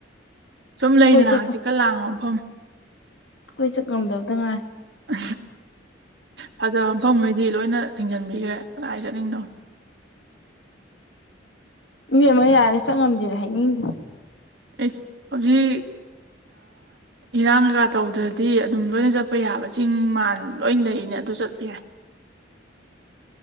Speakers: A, on the right; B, on the left.
A: ꯁꯨꯝ ꯂꯩꯗꯅ
B: ꯆꯠ
A: ꯍꯆꯤꯀ ꯂꯥꯡꯕ ꯃꯐꯝ
B: ꯀꯣꯏ ꯆꯠ ꯉꯝꯗꯕꯗ ꯉꯥꯏ
A: ꯎ ꯐꯖꯕ ꯃꯐꯝꯈꯩꯗꯤ ꯂꯣꯏꯅ ꯊꯤꯡꯖꯤꯟꯕꯤꯈ꯭ꯔꯦ ꯀꯗꯥꯏ ꯆꯠꯅꯤꯡꯗꯧꯅ
B: ꯏꯦꯝ ꯑꯃ ꯌꯥꯔꯦ ꯆꯪ ꯉꯝꯗꯦꯗ ꯍꯥꯏꯅꯤꯡꯗ
A: ꯑꯦ ꯍꯧꯖꯤꯛ ꯏꯔꯥꯡ ꯀꯩꯀꯥ ꯇꯧꯗ꯭ꯔꯗꯤ ꯑꯗꯨꯝ ꯂꯣꯏꯅ ꯆꯠꯄ ꯌꯥꯕ ꯆꯤꯡ ꯃꯥꯟ ꯂꯣꯏꯅ ꯂꯩꯅꯦ ꯑꯗꯨ ꯆꯠꯄ ꯌꯥꯏ